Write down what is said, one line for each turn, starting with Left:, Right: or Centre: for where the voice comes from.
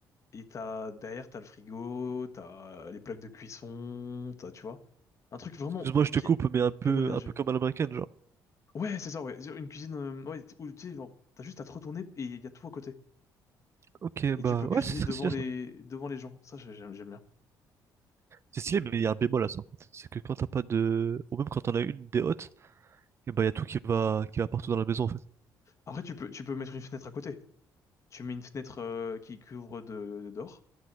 Left: Et t'as, derrière, t'as le frigo, t'as les plaques de cuisson, t'as, tu vois, un truc vraiment
Right: Excuse-moi,
Left: bien,
Right: je te coupe, mais un peu,
Left: bien aménagé.
Right: un peu comme à l'américaine, genre.
Left: Ouais, c'est ça, ouais. Une cuisine, euh, ouais, où, tu sais, genre, t'as juste à te retourner et il y a tout à côté.
Right: Ok,
Left: Et
Right: bah,
Left: tu peux cuisiner
Right: ouais, c'est
Left: devant
Right: très stylé,
Left: les,
Right: ça.
Left: devant les gens. Ça, j'ai- j'aime, j'aime bien.
Right: C'est stylé, mais il y a un bémol à ça. C'est que quand t'as pas de... Ou même quand t'en as une, des hôtes, et bah, il y a tout qui va, qui va partout dans la maison, en fait.
Left: Après, tu peux, tu peux mettre une fenêtre à côté. Tu mets une fenêtre, euh, qui, qui ouvre de, de dehors.